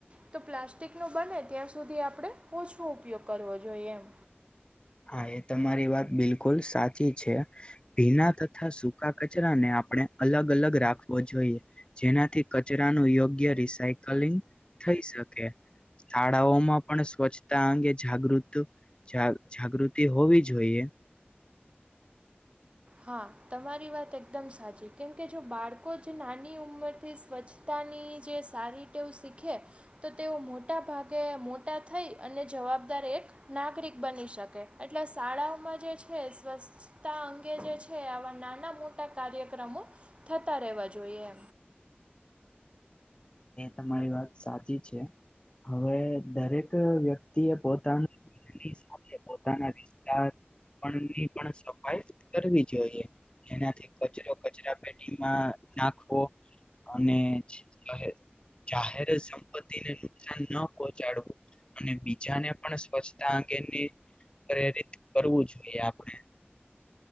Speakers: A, on the right; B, on the left.
A: તો પ્લાસ્ટિક નો બને ત્યાં સુધી, આપણે ઓછો ઉપયોગ કરવો જોઈએ એમ.
B: હા, એ તમારી વાત બિલકુલ સાચી છે. ભીના તથા સૂકા કચરાને, આપણે અલગ અલગ રાખવો જોઈએ. જેનાથી કચરાનું યોગ્ય રિસાયકલિંગ થઈ શકે. શાળાઓમાં પણ સ્વચ્છતા અંગે જાગૃત જાગૃતિ હોવી જોઈએ.
A: હા, તમારી વાત એકદમ સાચી. કેમકે જો બાળકો જ નાની ઉંમરથી સ્વચ્છ પોતાની જે સારી ટેવું શીખે. તો તેઓ મોટા ભાગે મોટા થઈ અને જવાબદાર એક નાગરિક બની શકે, એટલે શાળાઓમાં જે છે સ્વચ્છતા અંગ જે છે, આવા નાના-મોટા કાર્યક્રમો થતા રહેવા જોઈએ.
B: એ તમારી વાત સાચી છે, હવે દરેક વ્યક્તિ એ પોતાનું સાથે પોતાના વિસ્તારની પણ સફાઈ કરવી જોઈએ. એનાથી કચરો કચરા પેટીમાં નાખવો, અને કહે જાહેર સંપત્તિને નુકસાન ન પહોચાડવું. અને બીજાને પણ સ્વચ્છતા અંગેની પ્રેરિત, કરવું જોઈએ આપણે.